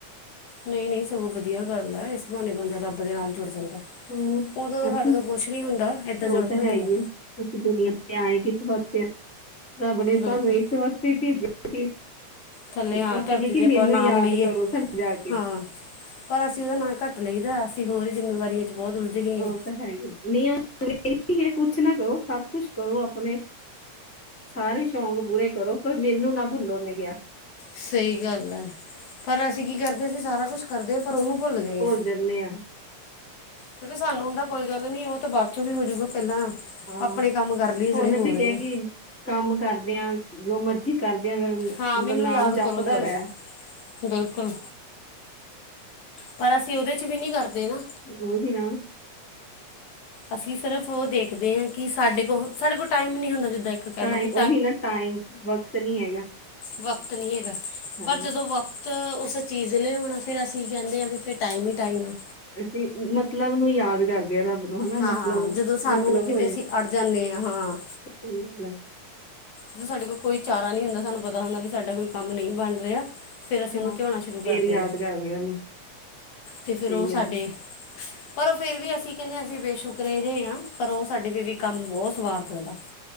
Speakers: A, on the left (about 75°); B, in the centre.
A: ਨਹੀਂ ਨਹੀਂ ਸਗੋਂ ਵਧੀਆ ਗੱਲ ਹੈ ਇਸ ਬਹਾਨੇ ਬੰਦਾ ਰੱਬ ਦੇ ਨਾਲ ਜੁੜ ਜਾਂਦਾ।
B: ਹੋਰ
A: ਉਹਦੋ
B: ਅਸੀਂ
A: ਸਾਡੇ ਤੋਂ ਕੁਛ ਨੀ ਹੁੰਦਾ ਏਦਾਂ
B: ਉਹ
A: ਜੋੜ
B: ਤਾਂ
A: ਹੋ
B: ਹੈ
A: ਜਾਂਦਾ।
B: ਹੀ ਆ ਅਸੀਂ ਦੁਨੀਆਂ ਤੇ ਆਏ ਕਿਸ ਵਾਸਤੇ ਰੱਬ ਨੇ
A: ਬਿਲਕੁਲ
B: ਸਾਨੂੰ ਇਸ ਵਾਸਤੇ ਭੇਜਿਆ!
A: ਥੱਲੇ ਹਾਂ
B: ਉਹ
A: ਧਰਤੀ
B: ਕਿ
A: 'ਤੇ
B: <unintelligible>
A: ਆਪਾਂ
B: ਮੈਨੂੰ
A: ਨਾਮ
B: ਯਾਦ
A: ਲਈਏ
B: ਕਰੋ ਸਾਨੂੰ ਜਾ ਕੇ
A: ਹਾਂ ਪਰ ਅਸੀਂ ਉਹਦਾ ਨਾਂ ਘੱਟ ਲਈਦਾ ਅਸੀਂ ਹੋਰ ਹੀ ਜ਼ਿੰਮੇਵਾਰੀਆਂ ਚ ਬਹੁਤ ਉਲਝ ਗਏ ਹਾਂ।
B: <inaudible> ਨਹੀਂ ਕੁਛ ਨਾ ਕਹੋ ਸਭ ਕੁਛ ਕਹੋ ਆਪਣੇ ਸਾਰੇ ਈ ਸ਼ੌਕ ਪੂਰੇ ਕਰੋ ਪਰ ਮੈਨੂੰ ਨਾ ਭੁੱਲੋ ਉਹਨੇ ਕਿਹਾ।
A: ਸਹੀ ਗੱਲ ਹੈ ਪਰ ਅਸੀਂ ਕੀ ਕਰਦੇ ਅਸੀਂ ਸਾਰਾ ਕੁਛ ਕਰਦੇ ਹਾਂ ਪਰ ਉਹਨੂੰ ਭੁੱਲ ਗਏ ਆ।
B: ਜਾਂਦੇ ਆ
A: ਕਿਉਂਕਿ ਸਾਨੂੰ ਹੁੰਦਾ ਕੋਈ ਗੱਲ ਨੀ ਉਹ ਤਾਂ ਬਾਅਦ ਚੋਂ ਵੀ ਹੋਜੂਗਾ। ਪਹਿਲਾਂ
B: ਹਾਂ
A: ਆਪਣੇ ਕੰਮ ਕਰ ਲਈਏ ਜਿਹੜੇ
B: ਉਹਨੇ
A: ਹੋ
B: ਤੇ
A: ਰਹੇ
B: ਕਿਹਾ
A: ਆ
B: ਕਿ ਕੰਮ ਕਰਦੇਆਂ ਜੋ ਮਰਜੀ ਕਰਦੇ ਆ ਮੇਰਾ
A: ਹਾਂ ਮੈਨੂੰ
B: ਨਾਮ
A: ਯਾਦ
B: ਜਪਦਾ
A: ਕਰੋ ਕਰੋ
B: ਰਿਹਾ
A: ਬਿਲਕੁਲ ਪਰ ਅਸੀ ਉਹਦੇ ਚ ਵੀ ਨਹੀ ਕਰਦੇ ਨਾ।
B: ਓਗੀ ਨਾ-
A: ਅਸੀ ਸਿਰਫ ਉਹ ਦੇਖਦੇ ਹਾਂ ਕਿ ਸਾਡੇ ਕੋਲ ਸਾਡੇ ਕੋਲ ਟਾਈਮ ਹੀ ਨਹੀ ਹੁੰਦਾ ਜਿੱਦਾਂ ਇੱਕ ਕਹਿ
B: ਟਾਈਮ
A: ਲਓ ਕਿ
B: ਉਹੀ ਨਾ ਟਾਈਮ ਵਕਤ ਨਹੀ ਹੈਗਾ।
A: ਵਕਤ ਨਹੀ ਹੈਗਾ
B: ਹਾਂ
A: ਪਰ ਜਦੋ ਵਕਤ ਤਾਂ ਉਸ ਚੀਜ਼ ਲ ਆਣਾ ਫੇਰ ਅਸੀ ਕਹਿਦੇ ਆ ਵੀ ਫਿਰ ਟਾਈਮ ਹੀ ਟਾਈਮ।
B: ਅਸੀ ਮਤਲਬ ਨੂੰ ਯਾਦ ਕਰ ਰੱਬ ਤੋਂ ਹਨਾ
A: ਹਾਂ
B: ਮਤਲਬ
A: ਜਦੋਂ ਸਾਨੂੰ
B: ਮਤਲਬ
A: ਕਿਤੇ
B: ਹੋਏ
A: ਅਸੀਂ ਅੜ ਜਾਂਦੇ ਹਾਂ ਹਾਂ
B: ਸਹੀ
A: ਜਦੋਂ ਸਾਡੇ ਕੋਲ ਕੋਈ ਚਾਰਾ ਨਹੀ ਹੁੰਦਾ ਸਾਨੂੰ ਪਤਾ ਹੁੰਦਾ ਵੀ ਸਾਡਾ ਕੋਈ ਕੰਮ ਨਹੀ ਬਣ ਰਿਹਾ ਫੇਰ ਅਸੀਂ
B: ਹਾਂ
A: ਉਹਨੂੰ ਧਿਆਉਣਾ ਸ਼ੁਰੂ ਕਰਦੇ
B: ਫੇਰ ਯਾਦ
A: ਹਾਂ
B: ਕਰਦੇ ਉਹਨੂੰ
A: ਤੇ
B: ਸਹੀ
A: ਫੇਰ ਉਹ ਸਾਡੇ
B: ਗੱਲ
A: ਪਰ ਫੇਿਰ ਵੀ ਅਸੀਂ ਕਹਿੰਦੇ ਅਸੀਂ ਬੇਸ਼ੁਕ ਰਹਿ ਜਿਹੇ ਹਾਂ ਪਰ ਉਹ ਸਾਡੇ ਫ ਵੀ ਕੰਮ ਬਹੁਤ ਸਵਾਰ ਦਿੰਦਾ।